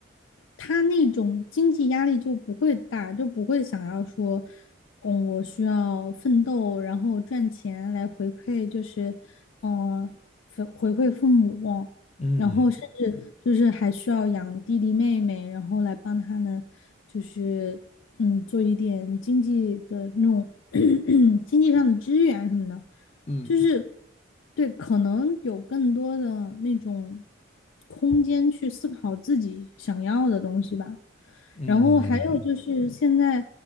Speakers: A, on the left; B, on the left.
A: 他那种经济压力就不会大，就不会想要说，嗯，我需要奋斗，然后赚钱来回馈，就是，嗯、回回馈父母，
B: 嗯
A: 然后甚至就是还需要养弟弟妹妹，然后来帮他们，就是嗯，做一点经济的那种 <coughs> <clears throat> 经济上的支援什么的。
B: 嗯
A: 就是对，可能有更多的那种空间去思考自己想要的东西吧。
B: 嗯
A: 然后还有就是现在，